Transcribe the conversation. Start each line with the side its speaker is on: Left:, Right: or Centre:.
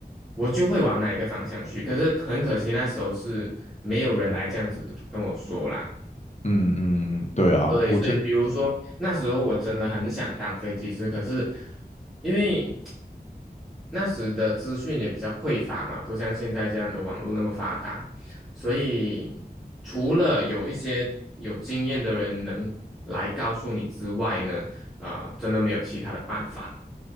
Centre: 我就会往哪一个方向去。可是很可惜，那时候是没有人来这样子跟我说啦。
Left: 嗯嗯，嗯对啊，
Centre: 对，
Left: 我觉得
Centre: 所以比如说那时候我真的很想当飞机师，可是因为那时的资讯也比较匮乏嘛，不像现在这样的网络那么发达，所以除了有一些有经验的人能来告诉你之外呢，啊、真的没有其他的办法，